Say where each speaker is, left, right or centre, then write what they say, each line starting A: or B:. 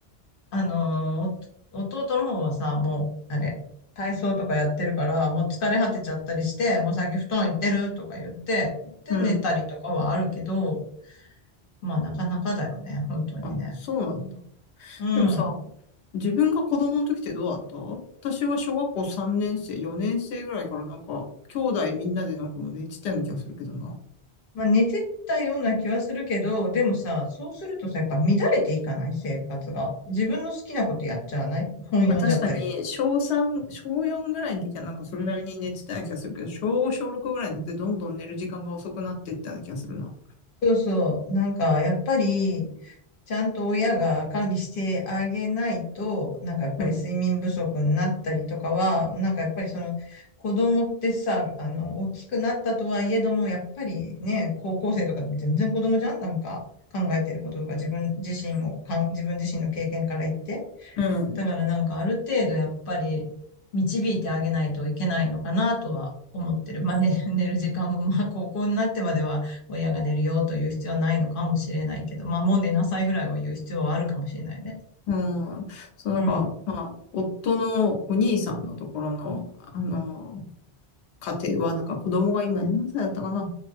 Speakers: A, on the left; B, on the left.
A: あのーお弟の方はさ、もう、あれ、体操とかやってるから、もう疲れ果てちゃったりして、もう最近布団行ってるとか言って、で、
B: うん。
A: 寝たりとかはあるけど、まあ、なかなかだよね、本当にね。
B: あ、そうなんだ。
A: うん。
B: でもさ、自分が子供の時ってどうだった私は小学校3年生、4年生ぐらいからなんか、兄弟みんなでなんかもう寝てたような気がするけどな。
A: まあ、寝てたような気はするけど、でもさ、そうするとさ、やっぱ乱れていかない生活が。自分の好きなことやっちゃわない本読んじゃったりとか。
B: まあ確かに、小3、小4ぐらいの時はなんかそれなりに寝てたような気がするけど、小5、小6ぐらいになってどんどん寝る時間が遅くなっていったような気がするな。
A: そうそう。なんか、やっぱり、ちゃんと親が管理してあげないと、なんかやっぱり睡眠不足になったりとかは、
B: うん。
A: なんかやっぱりその子供ってさ、あの、大きくなったとはいえども、やっぱりね、高校生とかでも全然子供じゃんなんか考えてることとか自分自身をかん自分自身の経験から言って。
B: うん。
A: だからなんかある程度やっぱり導いてあげないといけないのかなとは思ってる。まあ、ね、寝る時間もまあ高校になってまでは親が寝るよという必要はないのかもしれないけど、まあもう寝なさいぐらいは言う必要はあるかもしれないね。
B: うん。そう、
A: うん。
B: なんか、まあ、夫のお兄さんのところの、あの、家庭は、なんか子供が今何歳だったかな。